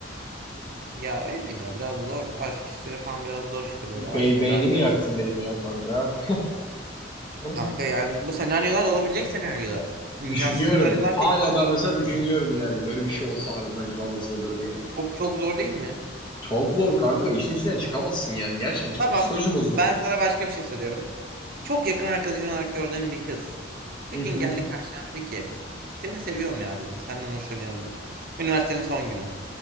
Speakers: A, on the right; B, on the left.
A: Ya öyle ya biraz zor. Aşk işleri falan biraz zor işte böyle aşktır
B: Bey, beynimi
A: arkadaş.
B: yaktın benim ya kanka. <laughs>
A: Kanka yani bu senaryolar olabilecek senaryolar. İmkansız
B: Düşünüyorum.
A: senaryolar
B: Hala
A: değil.
B: da mesela düşünüyorum yani. Böyle bir şey olsa harbiden acaba nasıl olur diye.
A: Çok çok zor değil mi?
B: Çok zor kanka. İşin içinden çıkamazsın yani. Gerçekten çıkam.
A: Tamam.
B: Psikolojin bozulur.
A: Ben sana başka bir şey soruyorum. Çok yakın arkadaşın olarak gördüğüm bir kız.
B: Hı
A: Bir
B: hı.
A: gün geldi karşına dedi ki seni seviyorum ya dedi. Senden hoşlanıyorum dedi. Üniversitenin son günü.